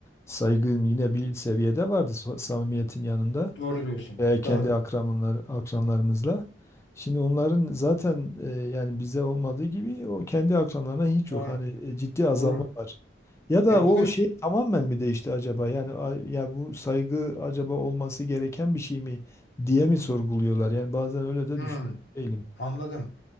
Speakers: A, on the left; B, on the left.
A: saygın yine bir seviyede vardı so- samimiyetin yanında
B: Doğru diyorsun.
A: veya kendi
B: Doğru.
A: akranlar, akranlarımızla. Şimdi onların zaten e, yani bize olmadığı gibi o kendi akranlarına hiç
B: Doğru.
A: yok. Hani e, ciddi azalma
B: Doğru.
A: var. Ya da
B: Ya
A: o
B: bugün
A: şey tamamen mi değişti acaba? Yani a- ya bu saygı acaba olması gereken bir şey mi diye mi sorguluyorlar? Yani bazen öyle de
B: hı.
A: düşün değilim.
B: Anladım.